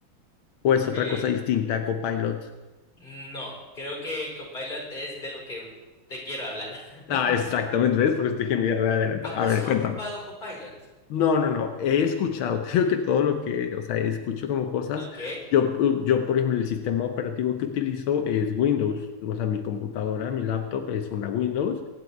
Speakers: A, on the left (about 85°); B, on the left (about 25°).
A: o es
B: eh,
A: otra cosa distinta a Copilot?
B: no, creo que Copilot es de lo que te quiero hablar. <laughs>
A: Ah, exactamente, ¿ves? Por eso te dije, mira, me voy a adelantar.
B: Ah, pues
A: A ver,
B: sí has ocupado
A: cuéntame.
B: Copilot.
A: No, no, no. He escuchado, <laughs> creo que todo lo que, o sea, escucho como cosas.
B: Ok,
A: Yo, pu- yo, por ejemplo, el sistema operativo que utilizo es Windows. O sea, mi computadora, mi laptop es una Windows.